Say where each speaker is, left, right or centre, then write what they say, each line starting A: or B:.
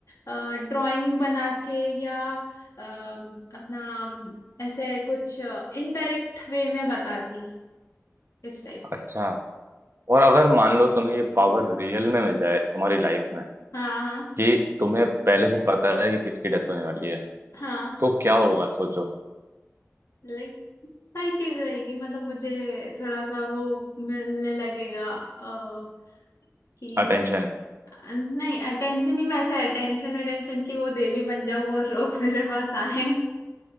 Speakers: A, on the left; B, on the right.
A: ड्राइंग बना के या अ, अपना ऐसे कुछ इनडायरेक्ट वे में बताती इस टाइप से
B: अच्छा और अगर मान लो तुम्हें ये पावर रियल में मिल जाए तुम्हारी लाइफ में
A: हाँ हाँ
B: कि तुम्हें पहले से पता है कि किसकी डेथ होने वाली है
A: हाँ
B: तो क्या होगा सोचो
A: लाइक सही चीज रहेगी मतलब मुझे थोड़ा सा वो मिलने लगेगा अ, कि
B: अटेंशन
A: अ, नहीं अटेंशन ही मैं ऐसे अटेंशन अटेंशन की वो देवी बन जाऊं और लोग मेरे पास आए